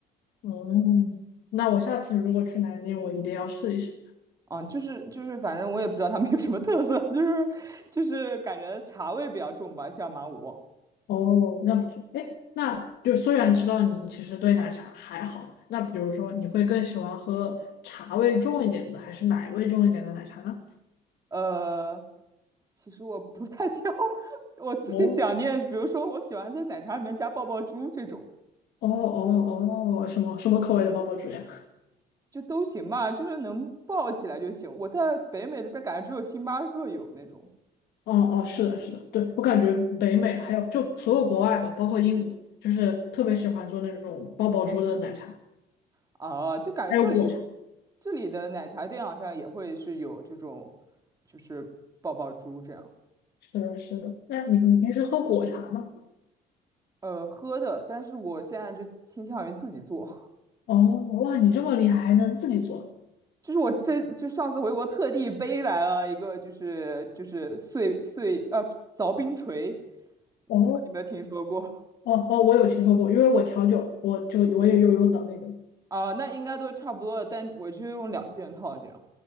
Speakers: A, on the left (about 75°); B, on the right (about 20°).
A: 哦，那我下次如果去南京，我一定要试一试。
B: 啊，就是就是，反正我也不知道他们有什么特色，<laughs> 就是就是感觉茶味比较重吧，像马五旺。
A: 哦，那不错。哎，那就虽然知道你其实对奶茶还好，那比如说你会更喜欢喝茶味重一点的，还是奶味重一点的奶茶呢？
B: 呃，其实我不太挑，<laughs> 我最想念，
A: 哦
B: 比如说我喜欢在奶茶里面加爆爆珠这种，
A: 哦哦哦，什么什么口味的包包珠呀？
B: 就都行吧，就是能爆起来就行。我在北美这边感觉只有星巴克有那种
A: 哦哦，是的，是的，对，我感觉北美还有就所有国外吧，包括英国，就是特别喜欢做那种爆爆珠的奶茶，
B: 啊，就感觉这里
A: 还有果茶。
B: 这里的奶茶店好像也会是有这种，就是爆爆珠这样，
A: 是的，是的。那你你平时喝果茶吗？
B: 呃，喝的。但是我现在就倾向于自己做，
A: 哦，哇，你这么厉害，还能自己做？
B: <laughs> 就是我这就上次回国特地背来了一个，就是就是碎碎呃凿冰锤，你
A: 哦，
B: 有没有听说过？
A: 哦哦，我有听说过，因为我调酒，我就我也有用到那个。
B: 啊，那应该都差不多了，但我就用两件套这样，